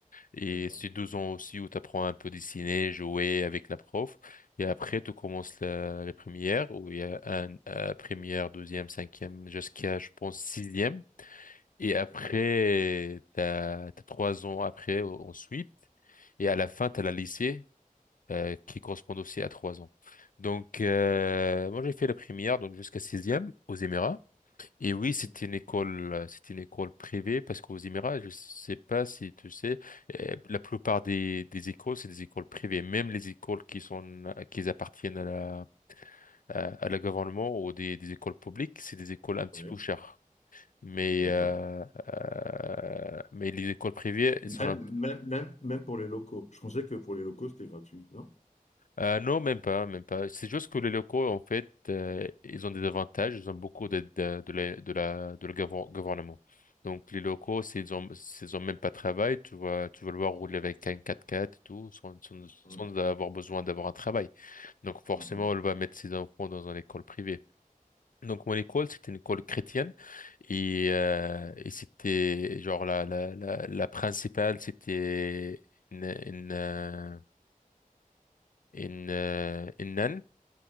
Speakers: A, on the left; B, on the left.
A: Et
B: d'accord,
A: c'est deux ans aussi où tu apprends un peu dessiner, jouer avec la prof. Et après, tu commences la, la première, où il y a un, euh, première, deuxième, cinquième, jusqu'à, je pense, sixième. Et après,
B: d'accord.
A: t'as, t'as trois ans après, euh, ensuite. Et à la fin, t'as la lycée, euh, qui correspond aussi à trois ans. Donc, euh, moi, j'ai fait la première, donc jusqu'à sixième, aux Émirats. Et oui,
B: Mhm.
A: c'était une école, euh, c'était une école privée parce qu'aux Émirats, je sais pas si tu sais, euh, la plupart des, des écoles, c'est des écoles privées. Même les écoles qui sont, euh, qui appartiennent à la, à, à la gouvernement ou des, des écoles publiques, c'est des écoles un petit
B: Oui,
A: peu chères. Mais,
B: d'accord.
A: euh, euh, mais les écoles privées, elles
B: Même,
A: sont un
B: même, même, même pour les locaux. Je pensais que pour les locaux, c'était gratuit, non?
A: Euh, non, même pas, même pas. C'est juste que les locaux, en fait, euh, ils ont des avantages, ils ont beaucoup d'aide de, de la, de la, de le gouver- gouvernement. Donc, les locaux, s'ils ont, s'ils ont même pas de travail, tu vas, tu vas le voir rouler avec un quatre quatre et tout, sans, sans,
B: Mhm.
A: sans avoir besoin d'avoir un travail. Donc, forcément,
B: Mhm.
A: elle va mettre ses enfants dans une école privée. Donc, mon école, c'était une école chrétienne et, euh, et c'était, genre, la, la, la, la principale, c'était une, une, euh, une, euh, une,